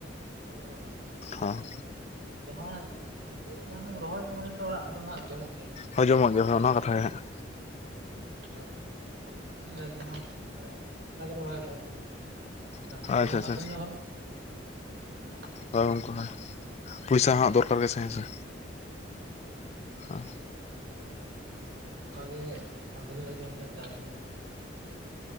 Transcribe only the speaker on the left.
ᱦᱮᱸ
ᱦᱳᱭ ᱡᱚᱢᱚᱜ ᱜᱮ, ᱦᱳᱭ ᱚᱱᱟ ᱠᱟᱛᱷᱟ ᱜᱮ ᱦᱟᱸᱜ
ᱦᱟᱸᱜ
ᱟᱪᱪᱷᱟ ᱟᱪᱪᱷᱟ
ᱦᱳᱭ ᱜᱚᱢᱠᱮ ᱦᱳᱭ᱾ ᱯᱩᱭᱥᱟ ᱦᱟᱸᱜ ᱫᱚᱨᱠᱟᱨ ᱜᱮ ᱥᱮ ᱦᱮᱸ ᱥᱮ?
ᱟᱸ